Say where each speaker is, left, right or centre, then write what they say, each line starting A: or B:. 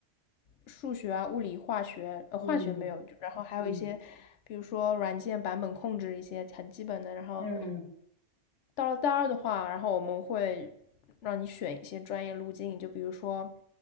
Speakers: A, on the left (about 75°); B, on the left (about 85°).
A: 数学啊、物理、化学，呃，
B: 嗯
A: 化学没有，就然后还有一些，
B: 嗯
A: 比如说软件版本控制一些很基本的。然后
B: 嗯
A: 到了大二的话，然后我们会让你选一些专业路径，就比如说